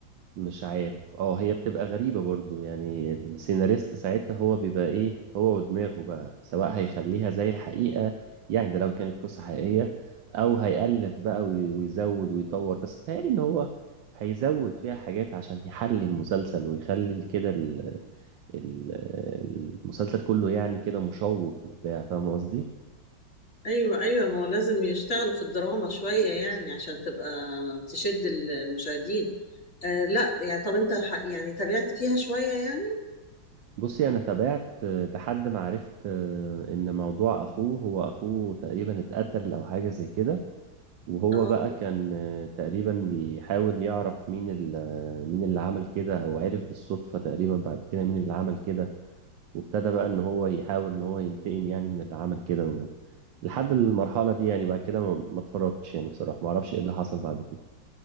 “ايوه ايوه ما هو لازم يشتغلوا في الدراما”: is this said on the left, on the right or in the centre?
Left